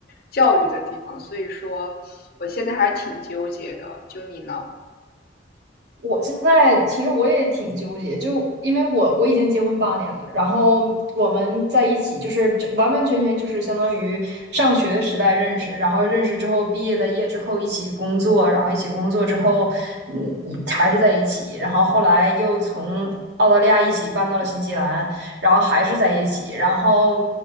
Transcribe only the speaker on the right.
我现在其实我也挺纠结，就因为我我已经结婚八年了，然后我们在一起就是这完完全全就是相当于上学时代认识，然后认识之后毕业的业之后一起工作，然后一起工作之后，嗯，还是在一起，然后后来又从澳大利亚一起搬到了新西兰，然后还是在一起，然后